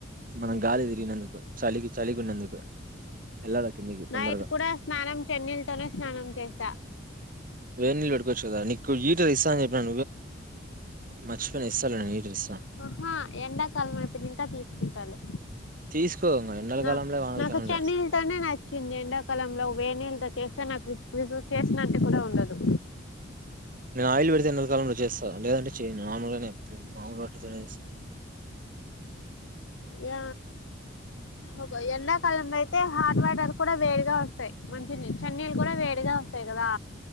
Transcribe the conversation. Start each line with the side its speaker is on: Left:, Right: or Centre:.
Right: మనం గాలి దిరిగినందుకు చలికి చలిగున్నందుకు ఎళ్ళల కిందికి తొందరగా
Left: నైట్ కూడా స్నానం చెన్నీళ్ళతోనే స్నానం చేసా
Right: వేనీల్ బెట్టుకోవచ్చు కదా నీక్కు ఈటర్ ఇస్తాన్ జెప్ నా మచ్ పేయిన ఇసలే ఈట్ ఇస్
Left: ఆహా ఎండాకాలం అయిపెన్ ఇంక తీస్ కుంటాలే
Right: తీసుకో ఇంగ ఎండల
Left: నా
Right: కాలంలే వానల
Left: నాకు
Right: కాలంలే
Left: చన్ నీల్ తోనే నచ్చింది ఎండాకాలంలో వేనీల్ ఇట చేస్తే నాక్ విజ్ విజ్ త్ విసుగు విసుగు చేస్ నట్ కుడ ఉండదు
Right: నేను ఆయిల్ పెడితే ఎండాకాలంలో చేస్తా లేదంటే చేయను మామూలుగానే ఎప్పుడు మామూలు వాటితోనే
Left: య ఒక ఎండాకాలంలో లయితే హాట్ వాటర్ కూడా వేడిగా వస్తయి మంచిన్ నిన్ చన్ నీల్ కుడ వేడిగా వస్తయి గదా